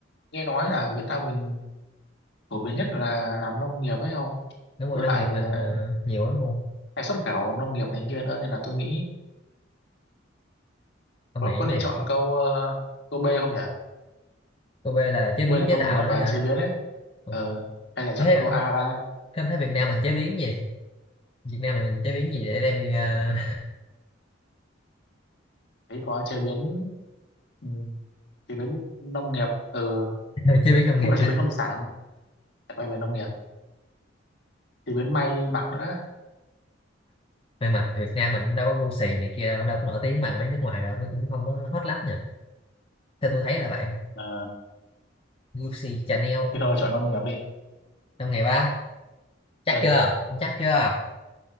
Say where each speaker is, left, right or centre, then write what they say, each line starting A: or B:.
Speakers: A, on the left; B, on the left.
A: nghe nói là Việt Nam mình phổ biến nhất là làm nông nghiệp ấy không
B: đúng rồi
A: với
B: nông
A: lại
B: nghiệp mình
A: ờ,
B: ờ, nhiều lắm luôn
A: hay xuất khẩu nông nghiệp này kia nữa nên là tôi nghĩ
B: ông
A: bọn
B: nghĩ
A: con
B: gì
A: nên chọn câu ờ, câu B không nhỉ
B: cô B là chế
A: quê
B: biến
A: là
B: chế
A: công
B: tạo
A: nghiệp
B: nữa
A: và
B: hả
A: chế biến ấy
B: ừ.
A: Ờ, hay là
B: thế
A: chọn
B: hả?
A: câu A ra
B: thế em thấy Việt Nam mình chế biến gì Việt Nam mình chế biến gì để đem đi ờ,
A: thấy có chế biến ừ. chế biến nông nghiệp ừ,
B: <laughs> chế biến nông
A: cũng
B: nghiệp
A: là chế biến nông sản lại quay về nông nghiệp chế biến may mặc nữa
B: may mặt thì Việt Nam mình đâu có gu xì này kia đâu đâu có nổi tiếng bằng mấy nước ngoài đâu nó cũng không có hot lắm nhỉ theo tôi thấy là vậy
A: Ờ,
B: gu xì Chanel
A: thế thôi chọn nông nghiệp đi
B: trong ngày ba chắc
A: ừ
B: chưa ông chắc chưa